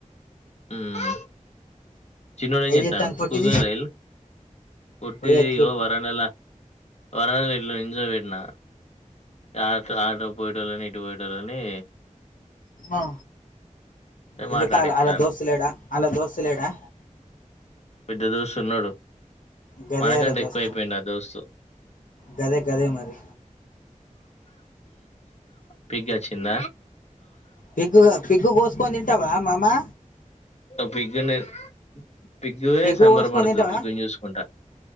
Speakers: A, on the left; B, on the left.
A: హ్మ్మ్ చిన్నోడు ఎం
B: ఏం
A: చేస్తున్నారు
B: చెప్తాను
A: స్కూల్
B: కొట్టింది
A: కి పోయిండ్ల ఇళ్ళు పొట్టిది
B: పోయి వచ్చిర్రు
A: ఇగో వరండాల వరవ వట్లో నిెంజ నిలసిపెట్టిన ఆ ఆటతో పోయిటలే నీట్ పోయిటలే అనీ
B: ఆ ఎందుకాల
A: మాట్లాడిత్తాండు.
B: అలా దోస్తులేడా అల్లా దోస్తులేడా
A: పెద్ద దోస్త్ ఉన్నాడు
B: గదే
A: మనకంటే
B: అలా దోస్తు
A: ఎక్కువయిపోయింది ఆ దోస్తు
B: గదే గదే మరి
A: పిగ్ అచి చిన్న
B: పిగగు పిగగు కోసుకొని తింటావా మామా
A: అ పిగ్ నే పిగ్గువే
B: పిగ్గు
A: సంబరపడుతుంది
B: కోసుకొని తింటావా
A: పిగ్గుని చూసుకుంటా